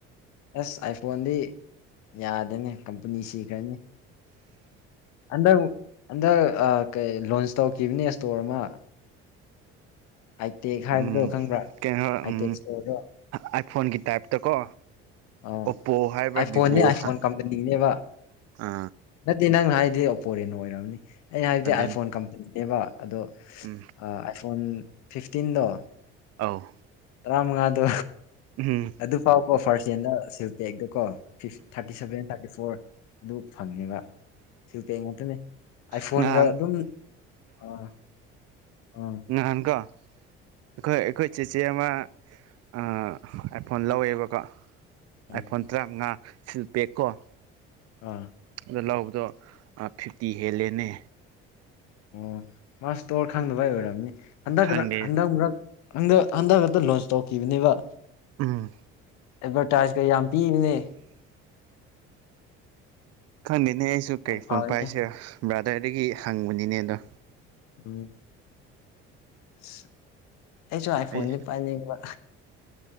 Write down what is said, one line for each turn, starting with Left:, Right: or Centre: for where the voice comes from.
Left: ꯑꯁ ꯑꯥꯏꯐꯣꯟꯗꯤ ꯌꯥꯗꯦꯅꯦ ꯀꯝꯄꯅꯤ ꯁꯤꯈ꯭ꯔꯅꯤ꯫ ꯑꯟꯗꯛ ꯍꯟꯗꯛ ꯑ ꯀꯩ ꯂꯣꯟꯁ ꯇꯧꯈꯤꯕꯅꯦ ꯁꯇ꯭ꯣꯔ ꯑꯃ ꯑꯥꯏꯇꯦꯛ ꯍꯥꯏꯕꯗꯣ
Right: ꯎꯝ
Left: ꯈꯪꯕ꯭ꯔꯥ
Right: ꯀꯅꯣ
Left: ꯑꯥꯏꯇꯦꯛ
Right: ꯎꯝ
Left: ꯏꯁꯇꯣꯔꯗꯣ
Right: ꯑꯥꯏ ꯐꯣꯟꯒꯤ ꯇꯥꯏꯞ ꯇꯀꯣ꯫
Left: ꯑꯥ
Right: ꯑꯣꯞꯄꯣ ꯍꯥꯏꯕ꯭ꯔ
Left: ꯑꯥꯏꯐꯣꯟꯅꯦ
Right: ꯚꯤꯚꯣ
Left: ꯑꯥꯏꯐꯣꯟ
Right: ꯍꯥꯏ
Left: ꯀꯝꯄꯅꯤꯅꯦꯕ
Right: ꯑ
Left: ꯅꯠꯇꯦ ꯅꯪꯅ ꯍꯥꯏꯕꯗꯤ ꯑꯣꯞꯄꯣꯔꯦꯅꯣ ꯑꯣꯏꯔꯝꯅꯤ ꯑꯩꯅ ꯍꯥꯏꯕꯗꯤ
Right: ꯑꯗꯨꯅꯤ
Left: ꯑꯥꯏꯐꯣꯟ ꯀꯝꯄꯦꯅꯤꯅꯦꯕ ꯑꯗꯣ
Right: ꯎꯝ
Left: ꯑ ꯑꯥꯏꯐꯣꯟ ꯐꯤꯐꯇꯤꯟꯗꯣ
Right: ꯑꯧ
Left: ꯇꯔꯥꯃꯉꯥꯗꯣ
Right: ꯎꯝ
Left: ꯑꯗꯨ ꯐꯥꯎꯕ ꯐꯔꯁꯠꯂꯦꯟꯗ ꯁꯤꯜ ꯄꯦꯛꯇ ꯀꯣ ꯐꯤꯐ ꯊꯥꯔꯇꯤ ꯁꯚꯦꯟ ꯊꯥꯔꯇꯤ ꯐꯣꯔ ꯑꯗꯨ ꯐꯪꯉꯦꯕ ꯁꯤꯜ ꯄꯦꯛ ꯉꯠꯇꯅꯦ ꯑꯥꯏꯐꯣꯟꯒ
Right: ꯅꯍꯥꯟ
Left: ꯑꯗꯨꯝ ꯑꯥ ꯑ
Right: ꯅꯍꯥꯟꯀꯣ ꯑꯩꯈꯣꯏ ꯑꯩꯈꯣꯏ ꯆꯦꯆꯦ ꯑꯃ ꯑ ꯑꯥꯏꯐꯣꯟ ꯂꯧꯋꯦꯕꯀꯣ
Left: ꯑꯥ
Right: ꯑꯥꯏꯐꯣꯟ ꯇꯔꯥꯃꯉꯥ ꯁꯤꯜꯄꯦꯛ ꯀꯣ
Left: ꯑꯥ
Right: ꯑꯗꯨ ꯂꯧꯕꯗꯣ ꯑ ꯐꯤꯐꯇꯤ ꯍꯦꯜꯂꯦꯅꯦ
Left: ꯑꯣ ꯃꯥ ꯁꯇ꯭ꯣꯔ ꯈꯪꯗꯕꯩ ꯑꯣꯏꯔꯝꯅꯤ ꯍꯟꯗꯛꯔꯛ
Right: ꯈꯪꯗꯦ
Left: ꯍꯟꯗꯛꯃꯔꯛ ꯍꯟꯗꯛ ꯍꯟꯗꯛ ꯈꯛꯇ ꯂꯣꯟꯁ ꯇꯧꯈꯤꯕꯅꯦꯕ
Right: ꯎꯝ
Left: ꯑꯦꯗꯚꯔꯇꯥꯏꯖ ꯀꯥ ꯌꯥꯝ ꯄꯤꯕꯅꯦ
Right: ꯈꯪꯗꯦꯅꯦ ꯑꯩꯁꯨ ꯀꯔꯤ
Left: ꯌꯥꯝ ꯐꯕꯅꯦ
Right: ꯐꯣꯟ ꯄꯥꯏꯁꯤꯔ ꯕ꯭ꯔꯥꯗꯔꯗꯒꯤ ꯍꯪꯕꯅꯤꯅꯦ ꯑꯗꯣ
Left: ꯎꯝ ꯑꯁ ꯑꯩꯁꯨ ꯑꯥꯏꯐꯣꯟꯗꯤ
Right: ꯑꯩ
Left: ꯄꯥꯏꯅꯤꯡꯕ